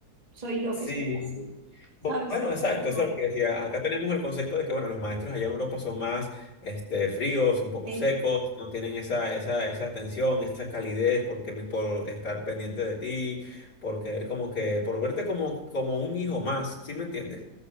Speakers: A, on the right; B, on the left.
A: Soy yo
B: Sí.
A: que soy así, ¿sabes?
B: Bu- Bueno,
A: El
B: exacto,
A: resto no.
B: eso es lo que decía. Acá tenemos el concepto de que, bueno, los maestros allá en Europa son más, este, fríos, un poco
A: Sí,
B: secos, no tienen esa, esa, esa atención, esa calidez porque mi- por estar pendiente de ti, por querer como que, por verte como, como un hijo más, ¿sí me entiendes?